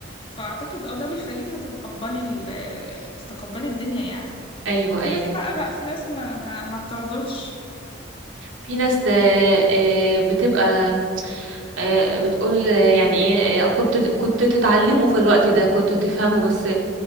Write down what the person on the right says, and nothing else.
ايوه
ايوه
في ناس آه، آه، بتبقى آه، بتقول آه، يعني ايه آه، كنت كنت تتعلمه في الوقت ده كنت تفهمه بس